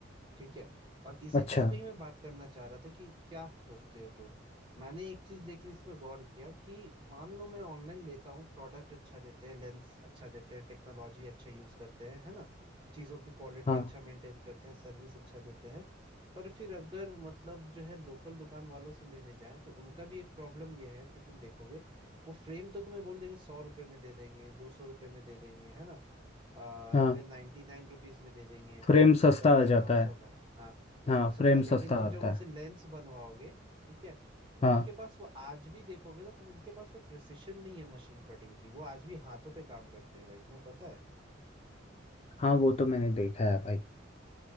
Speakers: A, on the right; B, on the left.
A: ठीक है और इसी
B: अच्छा
A: चीज पे ही मैं बात करना चाह रहा था कि क्या सोचते हो तो मैंने एक चीज लेकिन इसमें गौर किया कि मान लो मैं ऑनलाइन लेता हूँ प्रोडक्ट अच्छा देते हैं लेंस अच्छा देते हैं टेक्नोलॉजी अच्छा यूज करते हैं है ना चीजों की क्वालिटी
B: हाँ
A: अच्छा मेंटेन करते हैं सर्विस अच्छा देते हैं पर फिर अगर मतलब जो है लोकल दुकान वालों से लेने जाएं तो उनका भी एक प्रॉब्लम यह है कि तुम देखोगे वो फ्रेम तो तुम्हें बोल देंगे सौ रुपए में दे देंगे दो सौ रुपए में दे देंगे है ना
B: हाँ
A: इवन नाइन्टी नाइन रुपीज में दे देंगे
B: फ्रेम
A: आठ सौ
B: सस्ता
A: का है
B: आ जाता
A: नौ सौ
B: है
A: का है हाँ
B: हाँ
A: नौ सौ
B: फ्रेम
A: का है लेकिन
B: सस्ता
A: तुम
B: आता
A: जब उनसे
B: है
A: लेंस बनवाओगे ठीक है तो
B: हाँ
A: उनके पास वो आज भी देखोगे ना तो उनके पास वो प्रिसिशन नहीं है मशीन कटिंग की वो आज भी हाथों पे काम करते हैं भाई तुम्हें पता
B: हाँ वो तो मैंने
A: है
B: देखा है भाई